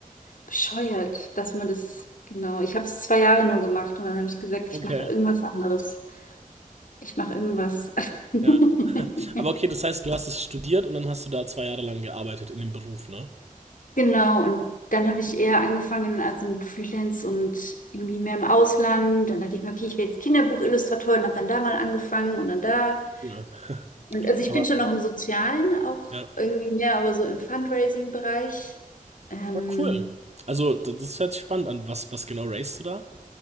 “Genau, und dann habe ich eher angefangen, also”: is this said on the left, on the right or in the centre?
Left